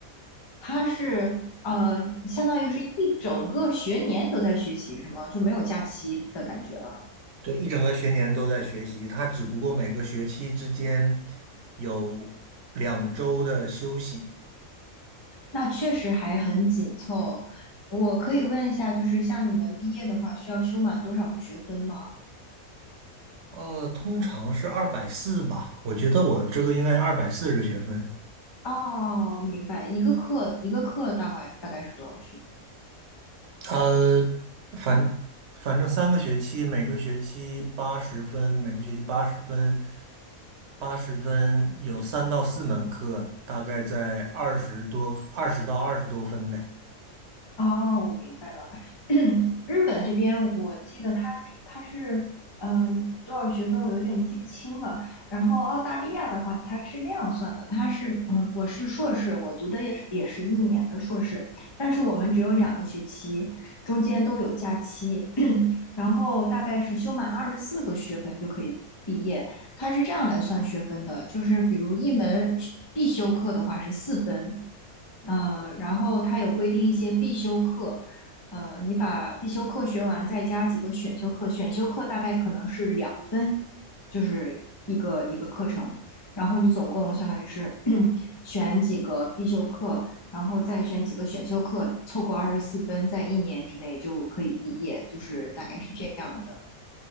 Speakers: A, on the left (about 40°); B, on the right (about 55°).
A: 它是呃，相当于是一整个学年都在学习，是吗？就没有假期的感觉了。
B: 对，一整个学年都在学习，它只不过每个学期之间有两周的休息。
A: 那确实还很紧凑。我可以问一下，就是像你们毕业的话，需要修满多少个学分吗？
B: 呃，通常是二百四吧，我觉得我这个应该是二百四十学分。
A: 哦，明白，一个课一个课大概大概是多少学分？
B: 呃，反反正三个学期，每个学期八十分，每个学期八十分，八十分有三到四门课，大概在二十多，二十到二十多分呗。
A: 哦，我明白了。<clears throat> 日本这边，我记得它它是呃多少学分，我有点记不清了。然后澳大利亚的话，它是那样算的，它是嗯，我是硕士，我读的也是也是一年的硕士，但是我们只有两个学期，中间都有假期，<clears throat> 然后大概是修满二十四个学分就可以毕业。它是这样来算学分的，就是比如一门必修课的话是四分，呃，然后它有规定一些必修课，呃，你把必修课学完，再加几个选修课，选修课大概可能是两分，就是一个一个课程，然后你总共相当于是 <clears throat> 选几个必修课，然后再选几个选修课，凑够二十四分，在一年之内就可以毕业，就是大概是这样的。